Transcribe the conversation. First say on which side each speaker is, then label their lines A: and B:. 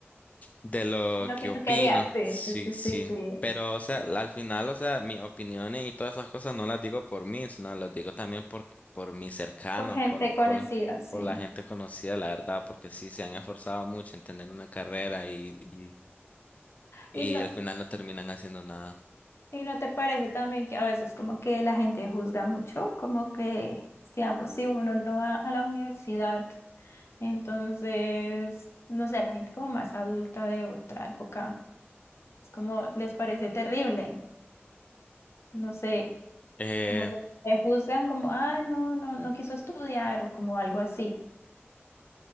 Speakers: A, on the left (about 35°); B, on the left (about 75°).
A: De lo
B: Lo
A: que
B: que
A: opino,
B: tú querías. Sí,
A: sí,
B: sí, sí,
A: sí.
B: sí, sí.
A: Pero, o sea, al final, o sea, mis opiniones y todas esas cosas no las digo por mí, sino las digo también por, por mis cercanos,
B: Por gente
A: por,
B: conocida,
A: por,
B: sí.
A: por la gente conocida, la verdad, porque sí se han esforzado mucho en tener una carrera y, y, y
B: Y no,
A: al final no terminan haciendo nada.
B: ¿Y no te parece también que a veces como que la gente juzga mucho? Como que, digamos, si uno no va a la universidad, entonces, no sé, la gente como más adulta de otra época, es como les parece terrible, no sé,
A: Eh,
B: como que te juzgan como, ah, no, no, no quiso estudiar o como algo así.